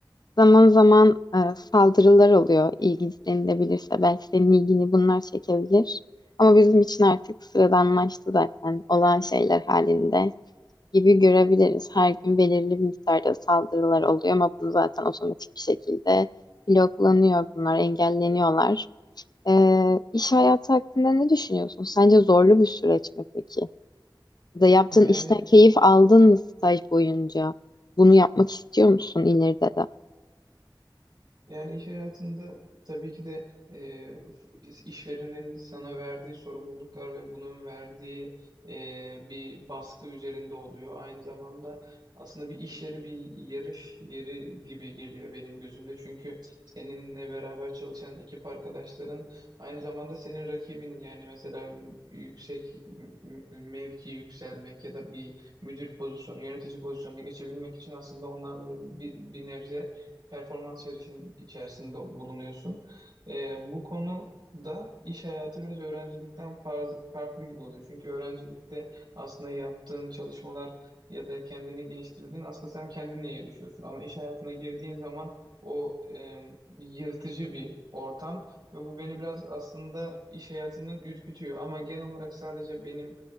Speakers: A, on the left (about 55°); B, on the right (about 65°).
A: Zaman zaman e, saldırılar oluyor. İlginç denilebilirse belki senin ilgini bunlar çekebilir. Ama bizim için artık sıradanlaştı zaten. Olağan şeyler halinde gibi görebiliriz. Her gün belirli bir miktarda saldırılar oluyor ama bunu zaten otomatik bir şekilde bloklanıyor bunlar, engelleniyorlar. E, iş hayatı hakkında ne düşünüyorsun? Sence zorlu bir süreç mi peki? Ya da yaptığın
B: Yani
A: işten keyif aldın mı staj boyunca? Bunu yapmak istiyor musun ileride de?
B: Yani iş hayatında tabii ki de e, f- işverenin sana verdiği sorumluluklar ve bunun verdiği e, bir baskı üzerinde oluyor. Aynı zamanda aslında bir iş yeri bir yarış yeri gibi geliyor benim gözümde. Çünkü seninle beraber çalışan ekip arkadaşların aynı zamanda senin rakibin yani mesela yüksek m- mevki yükselmek ya da bir müdür pozisyonu, yönetici pozisyonuna geçebilmek için aslında onlarla da bir, bir nebze performans yarışının içerisinde bulunuyorsun. Ee, bu konu da iş hayatı biraz öğrencilikten farz- farklı gibi oluyor. Çünkü öğrencilikte aslında yaptığın çalışmalar ya da kendini geliştirdiğin aslında sen kendinle yarışıyorsun. Ama iş hayatına girdiğin zaman o e, yırtıcı bir ortam ve bu beni biraz aslında iş hayatından ürkütüyor. Ama genel olarak sadece benim